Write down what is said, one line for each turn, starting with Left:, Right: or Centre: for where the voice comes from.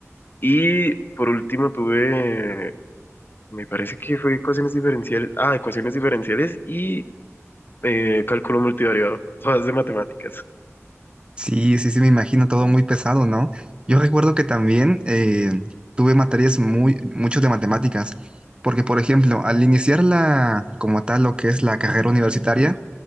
Left: Y por último tuve, me parece que fue ecuaciones diferenciales, ah, ecuaciones diferenciales y eh, cálculo multivariado, <laughs> todas de matemáticas.
Right: Sí, sí, sí, me imagino todo muy pesado, ¿no? Yo recuerdo que también eh, tuve materias muy, mucho de matemáticas, porque por ejemplo, al iniciar la, como tal, lo que es la carrera universitaria,